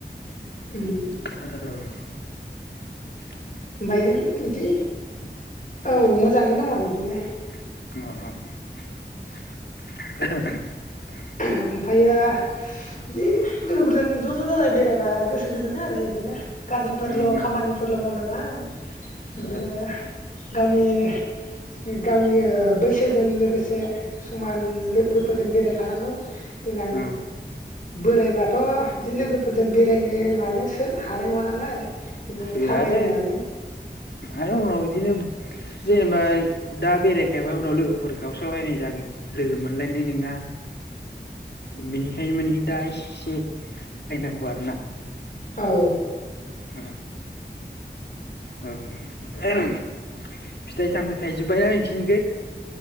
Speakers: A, on the left (about 45°); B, on the left (about 70°).
A: उम
B: औ <inaudible>
A: ओमफ्राय बिदि औ मोजाङैनो दङ बिदिनो।
B: ओ अ ओ <inaudible>
A: ओमफायो बिदि लोगोफोरजों ज' ज' जाजाय बेरायबा गोसो गोजोनो आरो इदिनो गाज्रिफोरल'
B: ओं ओं
A: खामानिफोरल' मावनाङा <unintelligible> बिदिनो
B: ओ
A: गावनि नै गावनि ओ बैसोजों लोगोसे समान लोगोफोरजों बेरायफानांगौ देनां
B: ओं
A: बोरायबाथ' बिदि लोगोफोरजों बेरायनो मानो सो हानाय नङा नालाय बिदिनो
B: ओ
A: थाबायनो
B: आरो
A: मानो
B: आरो उनाव इदिनो जेनेबा दा बेरायखायाबा उनाव लोगोफोर गावस्रालायनाय जागोन लोगो मोनलायनाय नङा बिनिखाय माने दा इससि रायनांगौ आरो ना
A: औ
B: ओ ओ <unintelligible> फिथाय सामथाइ थायजोबबाय ना नोंसिरनिखै